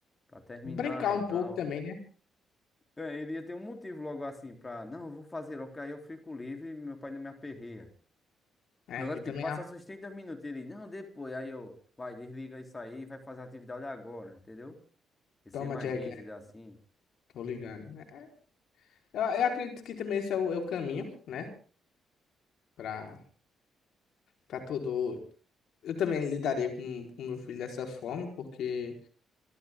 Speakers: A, on the left (about 25°); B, on the left (about 75°).
A: pra terminar
B: Brincar um
A: e tal.
B: pouco também, né?
A: É, ele ia ter um motivo logo assim pra, não, eu vou fazer logo, porque aí eu fico livre e meu pai não me aperreia.
B: É,
A: Agora,
B: aqui
A: tipo,
B: também,
A: passa
B: ó.
A: seus 30 minutos. e Ele, não, depois. Aí eu, vai, desliga isso aí, e vai fazer a atividade agora, entendeu? E ser
B: Toma,
A: mais
B: Jack,
A: rígido
B: né?
A: assim.
B: Tô ligado. É, eu, eu acredito que também esse é o, é o caminho, né? Pra, pra todo. Eu também lidaria com o meu filho dessa forma, porque